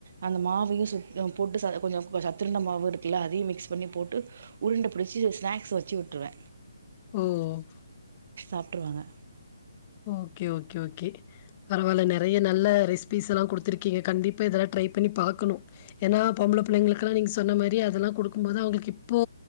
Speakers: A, on the right; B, on the left.
A: அந்த மாவையு சுத்தண்ணி போட்டு ச கொஞ்சோ சத்துருண்ட மாவு இருக்குல அதையு மிக்ஸ் பண்ணி போட்டு உருண்ட புடிச்சு ஸ்நாக்ஸ் வச்சு உட்ருவ
B: ம்
A: சாப்ட்ருவாங்க
B: ஓகே ஓகே ஓகே பரவால்ல நெறைய நல்ல ரெசிபீஸெலா குடுத்துருக்கீங்க கண்டிப் பா இதலா ட்ரை பண்ணி பாக்கணு ஏனா பொம்பள பிள்ளைங்குளுக்கா நீங்க சொன்ன மாரி அதலா குடுக்கும் போது அவ்ங்ளுக் இப்போ